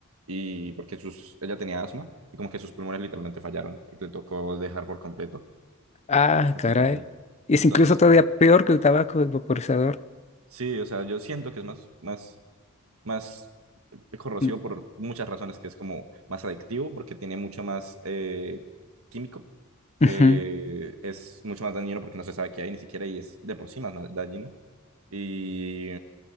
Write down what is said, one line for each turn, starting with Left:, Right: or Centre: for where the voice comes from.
Right: Y porque sus, ella tenía asma y como que sus pulmones literalmente fallaron y le tocó dejar por completo.
Left: Ah,
Right: O
Left: caray.
Right: sea,
Left: Es
Right: entonces,
Left: incluso todavía
Right: como,
Left: peor que el tabaco del vaporizador.
Right: sí, o sea, yo siento que es más, más, más es corrosivo
Left: Mm,
Right: por muchas razones, que es como más adictivo porque tiene mucho más eh, químico,
Left: ujú.
Right: eh, es mucho más dañino porque no se sabe qué hay ni siquiera y es de por sí más na- dañino. Y